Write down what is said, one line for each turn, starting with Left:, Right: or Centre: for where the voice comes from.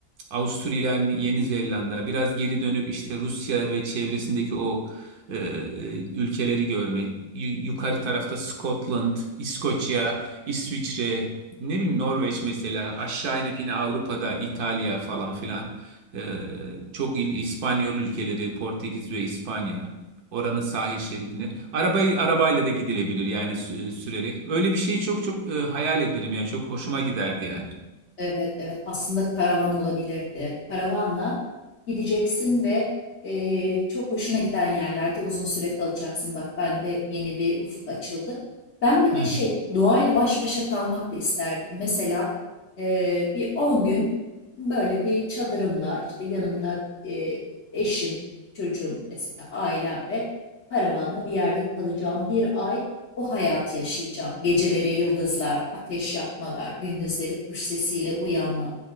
Right: Avusturya, Yeni Zelanda, biraz geri dönüp işte Rusya ve çevresindeki o e, e, ülkeleri görmek yu- yukarı tarafta Scotland, İskoçya, İsviçre, ne bileyim Norveç mesela aşağı inip yine Avrupa'da İtalya falan filan Ee, çok il, İspanyol ülkeleri Portekiz ve İspanya oranın sahil şeridine arabayı arabayla da gidilebilir yani sü- sürerek öyle bir şeyi çok çok e, hayal ederim yani çok hoşuma giderdi yani.
Left: evet evet aslında karavan olabilirdi. Karavanla gideceksin ve eee, çok hoşuna giden yerlerde uzun süre kalacaksın. Bak bende yeni bir ufuk açıldı. Ben bir de
Right: Hı
Left: şey
Right: hı.
Left: doğayla baş başa kalmak da isterdim. Mesela eee, bir 10 gün böyle bir çadırımla işte yanımda eee, eşim, çocuğum mesela ailemle karavanla bir yerde kalacağım. Bir ay O hayatı yaşayacağım. Geceleri yıldızlar, ateş yakmalar, gündüzleri kuş sesiyle uyanmak,